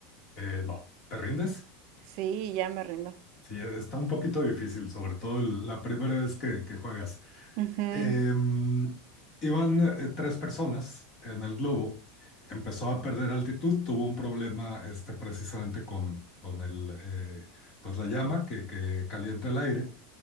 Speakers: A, on the left; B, on the right.
A: Eh, no. ¿Te rindes?
B: Sí, ya me rindo.
A: Sí, está un poquito difícil, sobre todo el- la primera vez que, que juegas.
B: Ujú.
A: Em, iban eh, tres personas en el globo, empezó a perder altitud, tuvo un problema este, precisamente con, con el, eh, pues la llama que, que calienta el aire